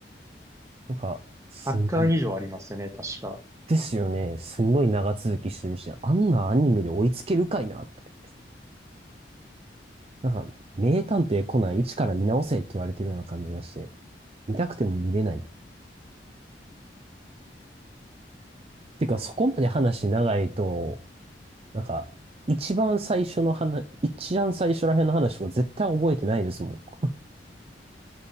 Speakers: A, on the right; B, on the right.
A: なんか、すん、
B: 100巻以上ありますね、確か。
A: ですよね。すんごい長続きしてるし、あんなアニメで追いつけるかいなって。なんか、名探偵コナン一から見直せって言われてるような感じがして、見たくても見れない。てか、そこまで話長いと、なんか、一番最初の話、一番最初らへんの話とか絶対覚えてないですもん。